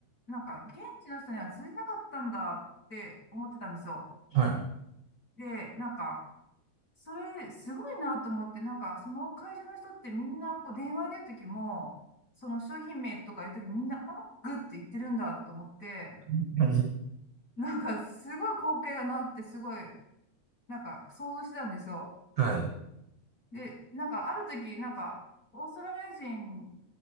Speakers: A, on the left; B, on the right.
A: なんか現地の人には通じなかったんだって思ってたんですよ。
B: はい。
A: で、なんか、それすごいなと思って、なんかその会社の人ってみんなこう電話でるときも、その商品名とか言うときみんなアグって言ってるんだと思って、
B: はい。は
A: なんかすごい光景だなってすごい、なんか想像してたんですよ。
B: い。
A: で、なんかある時、なんか、オーストラリア人